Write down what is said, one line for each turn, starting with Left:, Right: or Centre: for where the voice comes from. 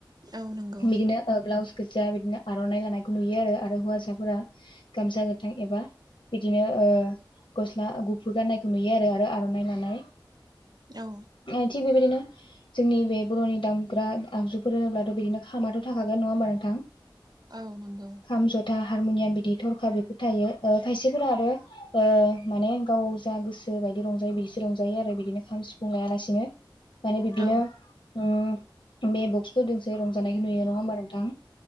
Right: औ नंगौ
Left: बिदिनो ओ ब्लाउस गोज्जा बिदिनो आर'नाइ लानायखौ नुयो आरो हौवासाफोरा गामसा गोथां एबा बिदिनो ओ गस्ला गुफुर गाननायखौ नुयो आरो आरो आर'नाइ लानाय।
Right: औ
Left: ओ थिग बेबायदिनो जोंनि बे बर'नि दामग्रा आगजुफोर होनोब्लाथ' बिदिनो खामाथ' थाखागोन नङा होमबा नोंथां?
Right: औ नोंगौ।
Left: खाम जथा हारमुनियाम बिदि थरखा बेफोर थायो ओ खायसेफोरा आरो ओ माने गाव जा गोसो बायदि रंजायो बिदिसो रंजायो आरो बिदिनो खाम सिफुं लायालासिनो माने बिब्दिनो
Right: औ
Left: ओ बे बक्सफोर जोंसो रंजानायखौ नुयो नङा होमबा नोंथां।